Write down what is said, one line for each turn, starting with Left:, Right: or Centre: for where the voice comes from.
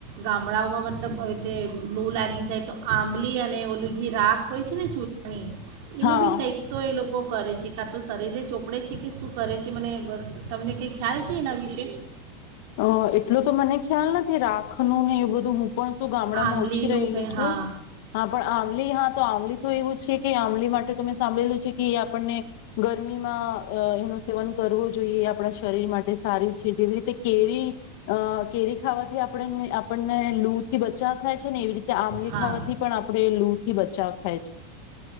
Right: ગામડાઓમાં મતલબ તે લો લાગી જાય. તો આંબલી અને ઓલુંજી રાખ હોય છે ને ચૂરણી એનું
Left: હા
Right: બી કંઈક તો એ લોકો કરે છે કાં તો શરીરને ચોપડે છે કે શું કરે છે મને બ તમને કંઈ ખ્યાલ છે એના વિશે.
Left: અ એટલોું તો મને ખ્યાલ નથી રાખ ન ને એવું બધું હું પણ હું ગામડામાં
Right: આંબલીનું
Left: ઓછી રહેલી
Right: કંઈ
Left: છું
Right: હા
Left: હા પણ આંબલી હા તો આંબલી તો એવું છે કે આંબલી માટે સાંભળેલું છે કે આપણને ગરમીમાં એનું સેવન કરવું જોઈએ એ આપણા શરીર માટે સારી છે જેવી રીતે કેરી અ કેરી ખાવાથી આપણ આપણને લૂ થી બચાવ થાય છે ને એવી રીતે ત આંમલી
Right: હા
Left: ખાવાથી પણ આપણેે લ થી બચાવ થાય છે.